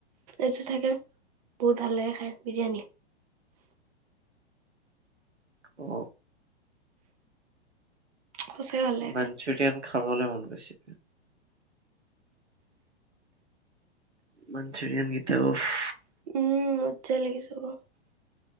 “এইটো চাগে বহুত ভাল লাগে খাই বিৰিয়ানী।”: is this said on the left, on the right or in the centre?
Right